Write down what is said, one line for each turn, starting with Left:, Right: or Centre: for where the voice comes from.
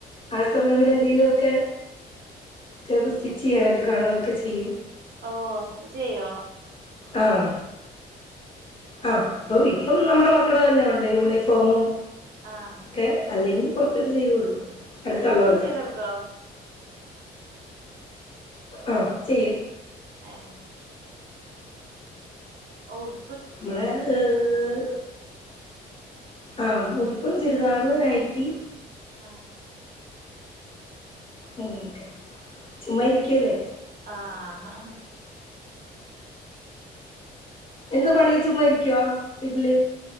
Left: ആഹ് സമയം കൂടെ എന്തെലുവൊക്കെ ചെലപ്പോ സ്റ്റിച്ച് ചെയ്യാനൊക്കെ കാണും അതൊക്കെ ചെയ്യും.
Right: ഓ സ്റ്റിച്ചെയ്യോ?
Left: ആഹ് ആഹ് അപ്പൊ എനിക്കോന്നു നമ്മടെ മക്കളെതെല്ലാം ഒണ്ട് യൂണിഫോമും
Right: ആഹ്
Left: ക്കെ അല്ലെങ്കി പുറത്തോട്ട് ചെയ്ത് കൊടുക്കും. അടുത്തുള്ളവർക്കൊക്കെ
Right: പൊറത്തൊക്കെ ചെയ്തൊടുക്കോ?
Left: ആഹ് ചെയ്യും.
Right: ഏഹ് ഓടു
Left: മ്മളെ ഏഹ്. ആഹ് ഉടുപ്പും, ചുരിദാറ്, നയ്റ്റി
Right: ആഹ്
Left: അങ്ങനൊക്കെ ചുമ്മ ഇരിക്കല്ലേ?
Right: ആഹ് അഹാ
Left: എന്താ പണി ചുമ്മ ഇരിക്കുവൊ വീട്ടില്?